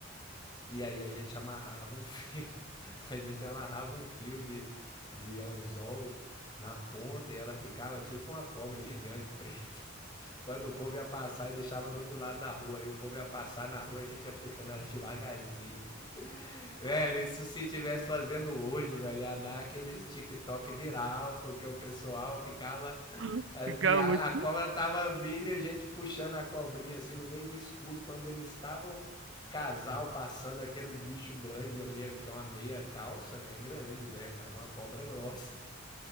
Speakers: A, on the left; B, on the right.
A: E aí a gente amarrava um fio, <laughs> a gente amarrava um fio de, de anzol na ponta e ela ficava tipo uma cobra gigante preta. <laughs> Quando o povo ia passar e deixava do outro lado da rua, aí o povo ia passar na rua, a gente ia puxando ela devagarzinho. <laughs> Velho, isso se tivesse fazendo hoje, velho, ia dar aqueles TikTok viral, porque o pessoal ficava
B: <laughs>
A: assim,
B: Ficar
A: a,
B: muito
A: a cobra tava vindo e a gente puxando a cobrinha assim no meio do escuro, quando eles estavam casal passando aquele bicho grande ali, porque é uma meia calça, né? É grande, né? E Dava uma cobra grossa.